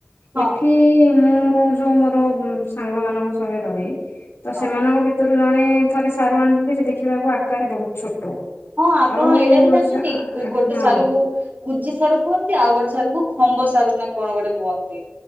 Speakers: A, on the right (about 45°); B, on the left (about 85°).
A: ହଁ
B: ଏଠି ମୁଁ ଯୋଉ ମୋର ସାଙ୍ଗ ମାନଙ୍କ ସହ ରହେ ତ
A: ହଁ
B: ସେମାନଙ୍କ ଭିତରୁ ଜଣେ ଥରେ ସାରୁ ଆଣିଥିଲେ ସେ ଦେଖିବାକୁ ଆକାରରେ ବହୁତ ଛୋଟ।
A: ହଁ ଆପଣ
B: ଆଉ
A: ଏଇଟା ବି ଜାଣିଛନ୍ତି
B: ସା-
A: ଗୋଟେ
B: ହଁ
A: ସାରୁକୁ କୁଜି ସାରୁ କୁହନ୍ତି ଆଉ ଗୋଟେ ସାରୁ କୁ ଖମ୍ବ ସାରୁ ନା କଣ ଗୋଟେ କୁହନ୍ତି।